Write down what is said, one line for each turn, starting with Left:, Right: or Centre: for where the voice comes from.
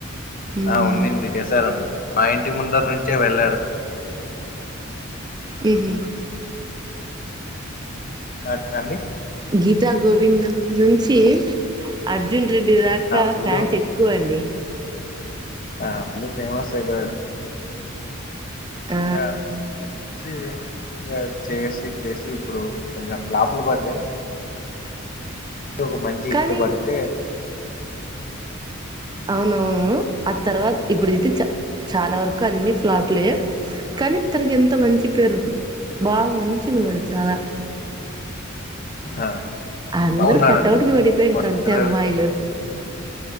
Right: మ్మ్
Left: ఆ ఉందిండి చేశారండి మా ఇంటి ముందర నుంచే వెళ్ళారు
Right: ఉమ్
Left: రాత్ర అడి
Right: గీతా గోవిందం నుంచి అట్ అర్జున్ రెడ్డి దాకా
Left: ఫుల్
Right: ఫ్యాన్స్ ఎక్కువ అండి
Left: ఆ ఫులు ఫేమస్ అయిపోయినడు
Right: ఆ
Left: ఇ ఇప్పు నుంచి ఇ చేసి చేసి ఇప్పుడు కొంచెం ఫ్లాపులు పడ్డాయి ఇప్పుడు ఒక మంచి హిట్
Right: కానీ
Left: పడితే
Right: అవునవును ఆ తర్వాత ఇప్పుడైతే చ చాలా వరకు అన్ని ఫ్లాప్లే కానీ తనకి ఎంత మంచి పేరు బాగా మంచిగున్నది చాల
Left: ఆ,
Right: అందరు
Left: బాగున్నాడండి
Right: కటౌట్కి పడిపోయింటరు
Left: వాళ్ళిద్దరు
Right: అంతే అమ్మాయిలు